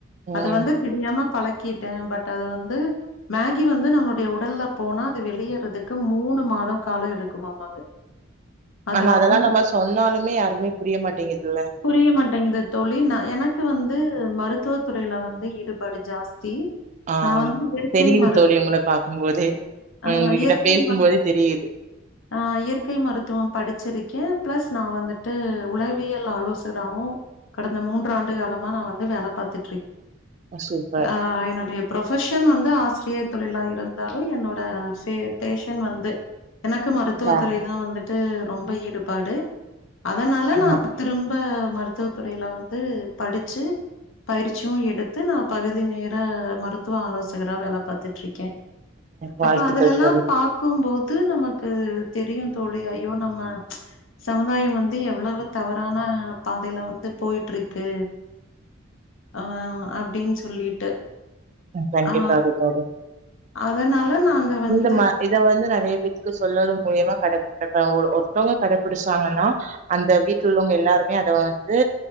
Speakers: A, on the right (about 35°); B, on the left (about 75°).
A: ம்
B: அது வந்து தெரியாம பழக்கிட்டே பட் அது வந்து மேகி வந்து நம்ளுடைய உடல்ல போனா அது வெளியேறதுக் மூணு மாதோ காலொ எடுக்குமாமாங்க அது
A: ஆனா அதெல்லா
B: அவ்ளோ
A: நம்ம சொன்னாலுமே யாருமே புரிய மாட்டேங்குதுல்ல
B: புரிய மாட்டேங்குது தோழி நா எனக்கு வந்து மருத்துவ துறையில வந்து ஈடுபாடு ஜாஸ்தி
A: ஆ
B: நான் வந்து இயற்கை
A: தெரியுது
B: மருத்
A: தோழி உங்கள பாக்கும்போதே
B: அ
A: உங்களுக்கிட்ட
B: இயற்கை
A: பேசும்போதே
B: மரு
A: தெரியுது <unintelligible>
B: ஆ இயற்கை மருத்துவம் படிச்சிருக்கே பிளஸ் நா வந்துட்டு உளவியல் ஆலோசறாவு கடந்த மூன்று ஆண்டு காலமா நா வந்து வேல பாத்துட்டுருக்
A: சூப்பர்
B: ஆ என்னுடைய ப்ரொஃபஷன் வந்து ஆசிரியர் தொழிலா இருந்தாலு என்னோட ஃபே பேஷன் வந்து எனக்கு மருத்துவத்துறை
A: ஆ
B: தா வந்துட்டு ரொம்ப ஈடுபாடு அதனால
A: ஆ
B: நா திரும்ப மருத்துவ துறையில வந்து படிச்சு பயிற்சியு எடுத்து நா பகுதி நேர மருத்துவ ஆலோசகரா வேல பாத்துட்டுருக்கே
A: வாழ்த்துக்கள்
B: அப்ப அதுலல்லா
A: தோழி
B: பாக்கும்போது நமக்கு தெரியு தோழி ஐயோ நம்ம சமுதாயம் வந்து எவ்வளவு தவறான பாதையில வந்து போயிட்டுருக்கு ஆ அப்டின் சொல்லிட்டு
A: கண்டிப்பாக
B: ஆ
A: தோழி
B: அதனால நாங்க வந்
A: ஆமா இத வந்து நெறைய பேத்துக்கு சொல்வது மூலியமா கடைபிடித்தவ்ங்க ஒ ஒருத்தவங்க கடைப்பிடிச்சாங்கன்னா அந்த வீட்ல உள்ளவங்க எல்லாருமே அத வந்து